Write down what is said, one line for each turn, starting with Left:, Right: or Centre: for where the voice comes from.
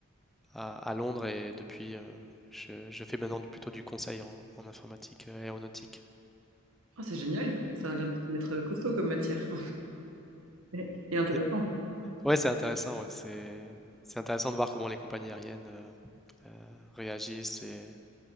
Centre: à- à Londres et depuis euh, je, je fais maintenant plutôt du conseil en, en informatique euh, aéronautique.
Right: Ah, c'est génial. Ça a l'air d'être costaud comme matière. <laughs> Et intéressant.
Centre: Et- ouais, c'est intéressant, ouais, c'est c'est intéressant de voir comment les compagnies aériennes euh, euh, réagissent et,